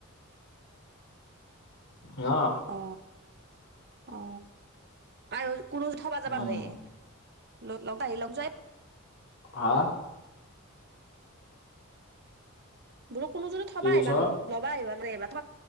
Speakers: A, on the left; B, on the right.
A: ন
B: অ অ আৰু কোনো থবা
A: উম।
B: যাবা নৰে লগত আহি লগত যোৱাই
A: হ
B: বোলো কোনো যদি থবা
A: কি কৈছ
B: আহিবা লবা আহিবা ত